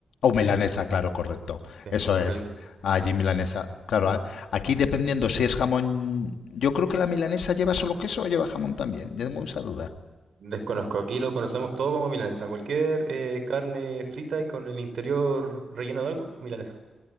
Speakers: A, on the left; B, on the right.
A: O milanesa, claro, correcto.
B: Sí,
A: Eso
B: acá
A: es.
B: le dicen.
A: Allí milanesa. Claro, a- aquí dependiendo si es jamón... Yo creo que la milanesa lleva solo queso o lleva jamón también. Tengo esa duda.
B: Desconozco. Aquí lo conocemos todo como milanesa. Cualquier eh, carne frita y con el interior relleno de algo, milanesa.